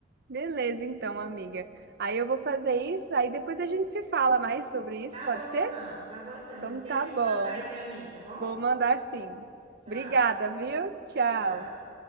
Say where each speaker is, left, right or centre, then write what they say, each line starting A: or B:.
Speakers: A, on the right (about 60°); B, on the right (about 35°).
A: Beleza, então, amiga. Aí eu vou fazer isso, aí depois a gente se fala mais sobre isso,
B: Tá
A: pode
B: bom
A: ser?
B: então, tá bom então.
A: Então
B: Não esquece
A: tá bom.
B: de mandar aí para mim, tá bom?
A: Vou mandar sim.
B: Tchau,
A: Obrigada, viu? Tchau.
B: tchau.